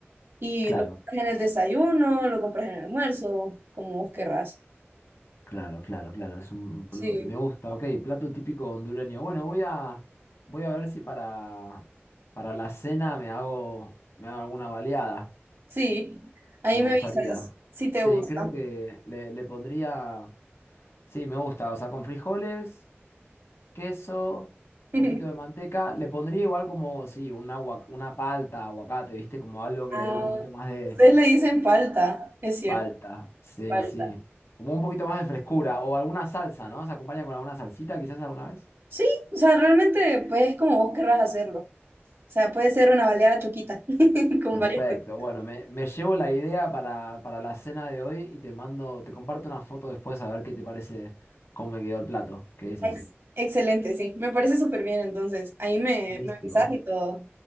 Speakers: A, on the right; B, on the left.
A: Y
B: Claro,
A: lo compras en el desayuno, lo compras en el almuerzo, como vos querrás.
B: claro, claro, claro. Es un,
A: Sí,
B: pl- me gusta, ok, plato típico hondureño. Bueno, voy a, voy a ver si para, para la cena me hago, me hago alguna baleada.
A: sí. Ahí
B: Me gustaría.
A: me avisas si te
B: Sí,
A: gusta.
B: creo que le, le pondría. Sí, me gusta. O sea, con frijoles, queso, un
A: <laughs>
B: poquito de manteca. Le pondría igual como, sí, una, una palta, aguacate, ¿viste? Como algo que
A: Ah,
B: le dé un poquito más de
A: ustedes le dicen palta, es cierto.
B: palta. Sí,
A: Falta.
B: sí. Como un poquito más de frescura. O alguna salsa, ¿no? Se acompaña con alguna salsita, quizás alguna vez.
A: Sí, o sea, realmente pues es como vos querrás hacerlo. O sea, puede ser una baleada choquita <laughs> con
B: Perfecto.
A: varias cosas.
B: Bueno, me, me llevo la idea para, para la cena de hoy y te mando, te comparto una foto después a ver qué te parece cómo me quedó el plato. ¿Qué decís?
A: Ex- excelente, sí. Me parece súper bien, entonces. Ahí me,
B: Buenísimo.
A: me avisas y todo.